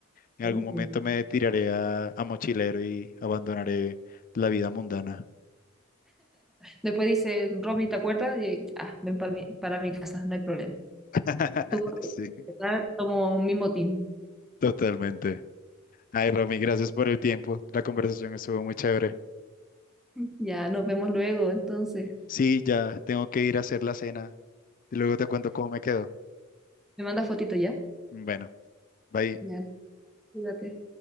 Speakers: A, on the left (about 40°); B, in the centre.
A: En
B: Gente.
A: algún momento me tiraré a, a mochilero y abandonaré la vida mundana.
B: Después dice, Romy, ¿te acuerdas? Y, ah, ven para mi, para mi casa, no hay problema.
A: <laughs>
B: Tú, corre.
A: Sí,
B: total, tomo mi motín.
A: totalmente. Ay, Romy, gracias por el tiempo. La conversación estuvo muy chévere.
B: <laughs> Ya, nos vemos luego, entonces.
A: Sí, ya tengo que ir a hacer la cena. Luego te cuento cómo me quedó.
B: ¿Me mandas fotito ya?
A: Bueno, bye.
B: Ya, cuídate.